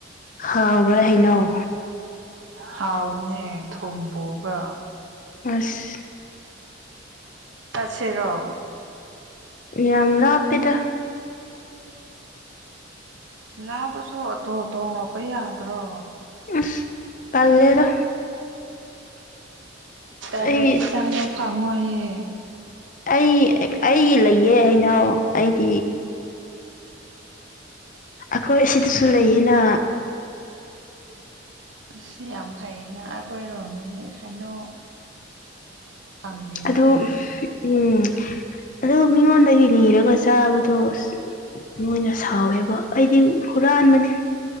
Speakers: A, on the left; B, on the right.
A: ꯍꯥꯎꯕ꯭ꯔꯥ ꯍꯩꯅꯧ
B: ꯍꯥꯎꯕꯅꯦ ꯊꯨꯝ ꯄꯨꯕ꯭ꯔꯥ
A: ꯑꯁ
B: ꯆꯠꯁꯦꯔꯣ
A: ꯌꯥꯝ ꯂꯥꯞꯄꯤ‌ꯗ
B: ꯂꯥꯞꯄꯁꯨ ꯑꯣꯇꯣ ꯇꯣꯡꯔꯛꯄ ꯌꯥꯗ꯭ꯔꯣ
A: ꯑꯁ ꯇꯜꯂꯦꯗ
B: ꯇꯜꯂꯗꯤ
A: ꯑꯩ
B: ꯆꯥꯕ ꯐꯪꯉꯣꯏꯌꯦ
A: ꯑꯩ ꯑꯩꯒꯤ ꯂꯩꯌꯦ ꯍꯩꯅꯧ ꯑꯩꯒꯤ ꯑꯈꯣꯏ ꯑꯁꯤꯗꯁꯨ ꯂꯩꯌꯦꯅ
B: ꯑꯁ ꯌꯥꯝ ꯐꯩꯩꯅ ꯑꯩꯈꯣꯏꯔꯣꯝꯗꯗꯤ ꯍꯩꯅꯧ ꯌꯥꯝ ꯐꯪꯗꯦꯅ‌ꯦ
A: ꯑꯗꯣ ꯎꯝ ꯑꯗꯨ ꯃꯤꯉꯣꯟꯗꯒꯤ ꯅꯤꯔꯒ ꯆꯥꯕꯗꯣ ꯃꯣꯏꯅ ꯁꯥꯎꯋꯦꯕ ꯑꯩꯗꯤ ꯍꯨꯔꯥꯟꯕꯅꯤ